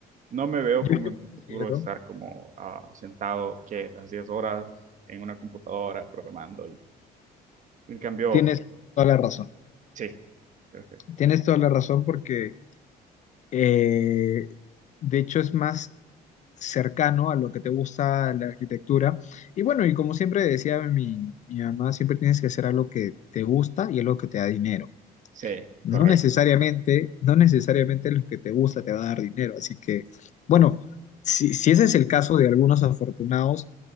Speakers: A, on the right (about 50°); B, on the left (about 45°).
A: No me veo
B: Yo,
A: como
B: yo
A: en
B: considero,
A: un futuro estar como ah, sentado que las 10 horas en una computadora programando. Y, en cambio,
B: tienes toda la razón.
A: sí, perfecto.
B: Tienes toda la razón porque Eh, de hecho, es más cercano a lo que te gusta la arquitectura. Y bueno, y como siempre decía mi, mi mamá, siempre tienes que hacer algo que te gusta y algo que te da dinero.
A: Sí,
B: No
A: correcto.
B: necesariamente, no necesariamente lo que te gusta te va a dar dinero. Así que, bueno, si, si ese es el caso de algunos afortunados,